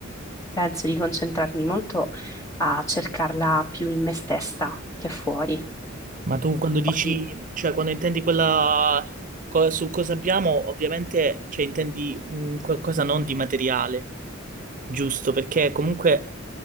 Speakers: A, on the left; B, on the right.
A: penso di concentrarmi molto a cercarla più in me stessa che fuori.
B: Ma tu quando dici,
A: Poi,
B: cioè quando intendi quella co- su cosa abbiamo, ovviamente cioè, intendi un qualcosa non di materiale, giusto? Perché comunque,